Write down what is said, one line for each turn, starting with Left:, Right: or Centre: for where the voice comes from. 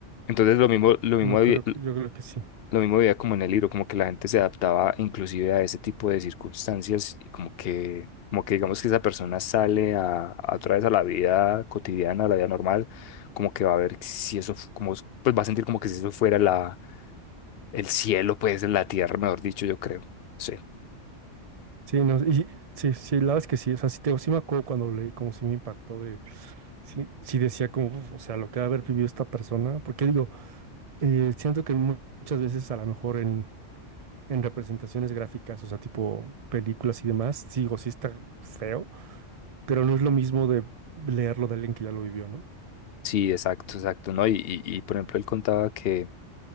Left: Entonces lo mismo, lo mismo,
Right: No
Left: había-
Right: creo que, yo creo que sí.
Left: lo mismo veía como en el libro, como que la gente se adaptaba inclusive a ese tipo de circunstancias y como que, como que digamos que esa persona sale a, a otra vez a la vida cotidiana, a la vida normal, como que va a ver si eso, fu- como, pues va a sentir como que si eso fuera la, el cielo, pues en la tierra, mejor dicho, yo creo. Sí.
Right: Sí, no, y sí, sí, la verdad es que sí, o sea, sí, te, sí me acuerdo cuando lo leí, como sí me impactó de, sí, sí decía como, "Uf, o sea, lo que ha de haber vivido esta persona, porque digo, eh, siento que mu- muchas veces a lo mejor en, en representaciones gráficas, o sea, tipo películas y demás, sí, digo, sí está feo, pero no es lo mismo de leerlo de alguien que ya lo vivió, ¿no?
Left: Sí, exacto, exacto, ¿no? Y, y, y, por ejemplo, él contaba que